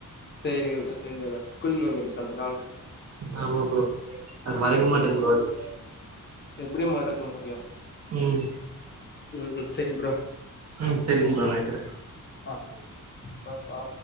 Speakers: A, on the left; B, on the right.
A: சேரி இவர்ட்ட சேதி வேற ஸ்கூல்ல வந்துட்டு சொல்லலாம்
B: ஆமா ப்ரோ நா மறக்க மாட்டே ப்ரோ அது
A: எப்டி மறக்க முடியும்
B: ம்
A: ம் ம் செரி ப்ரோ
B: ம் சேரிங்க ப்ரோ நா வெக்கிறே
A: அ பாப்பா